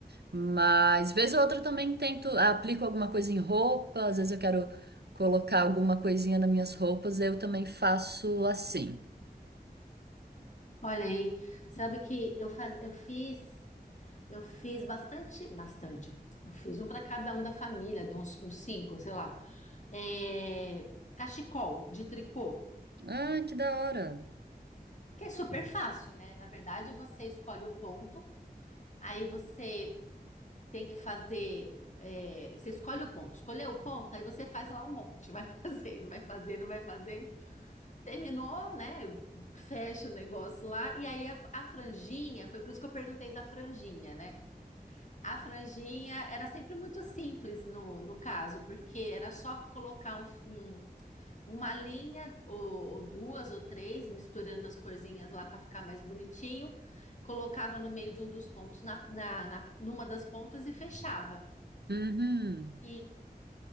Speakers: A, on the right; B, on the left.
A: Mas, vez ou outra, eu também tento, aplico alguma coisa em roupa, às vezes eu quero colocar alguma coisinha nas minhas roupas, eu também faço assim.
B: Olha aí, sabe que eu, faz, eu fiz, eu fiz bastante, bastante. Eu fiz um para cada um da família, deu uns, uns cinco, sei lá. É, cachecol de tricô,
A: Ah, que da hora.
B: que é super fácil, né? Na verdade, você escolhe o ponto, aí você tem que fazer. é, você escolhe o ponto, escolheu o ponto, aí você faz lá um monte, vai <laughs> fazendo, vai fazendo, vai fazendo. Terminou, né? Fecha o negócio lá, e aí a a franjinha, foi por isso que eu perguntei da franjinha, né? A franjinha era sempre muito simples no, no caso, porque era só colocar um, fi- um- uma linha ou, ou duas ou três, misturando as corzinhas lá para ficar mais bonitinho, colocava no meio de um dos pontos, na, na, na- numa das pontas e fechava.
A: Uhum.
B: E